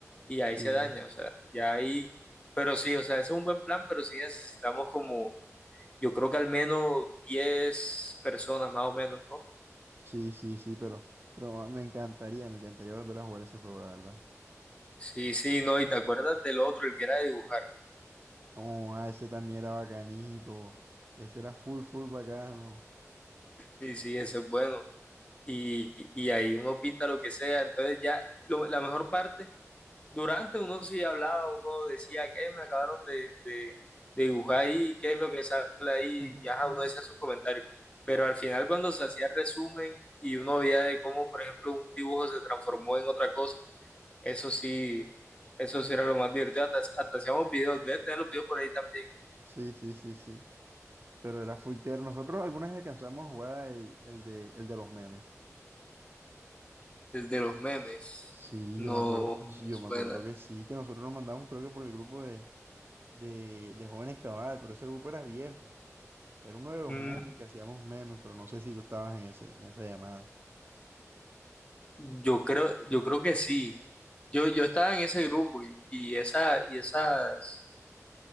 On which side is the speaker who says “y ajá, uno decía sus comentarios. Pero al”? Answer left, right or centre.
Left